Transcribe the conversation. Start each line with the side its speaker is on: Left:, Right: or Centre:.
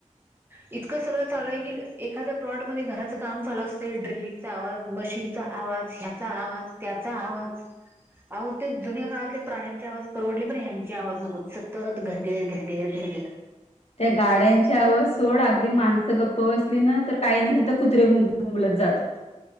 Right: इतकं सगळं चालूय क एखाद्या प्लॉटमध्ये घरा काम चालू असते ड्रिलिंगचा आवाज मशीनचा आवाज ह्याचा आवाज त्याचा आवाज अह ते जुन्या काळातले प्राण्यांचे आवाज परवडले पण ह्यांची आवाज नकोते सत्य घर घर घर घर घर घर.
Left: त्या गाड्यांची आवज सोड अगदी माणसं गप्प बसली ना तर काही नाही तर कुत्रेलत जातात.